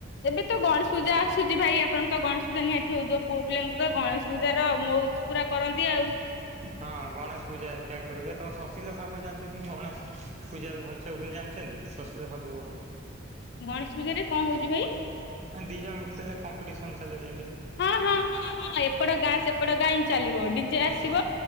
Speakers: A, on the left; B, on the right.
A: ଏବେ ତ ଗଣେଶ ପୂଜା ଆସୁଛି ଭାଇ ଆପଣଙ୍କ ତ ଗଣେଶ ପୂଜା ନିହାତି ହଉଥିବ ପୁଅ ପିଲାଙ୍କ ଗଣେଶ ପୂଜା ର ମଉଜ ପୁରା କରନ୍ତି ଆଉ।
B: ହଁ ଗଣେଶ ପୂଜା ତ୍ୟାଗ କରିବୁ ଏ ତମ ସଶୀଲ ସାବୁ ଜାଣିଛନ୍ତି ଗଣେଶ ପୂଜା ଭଲସେ ହୁଏ ଜାଣିଛନ୍ତି <unintelligible> ବୋଲି।
A: ଗଣେଶ ପୂଜା ରେ କଣ ହଉଛି ଭାଇ?
B: ଦି ଜଣଙ୍କ ଭିତରେ କମ୍ପିଟିସନ ଚାଲିଯା
A: ହଁ ହଁ ହଁଁ ଏପଟ ଗାଁ ସେପଟ ଗାଁ ଏନ୍ତି ଚାଲିବ ଡିଜେ ଆସିବ
B: ହୁଁ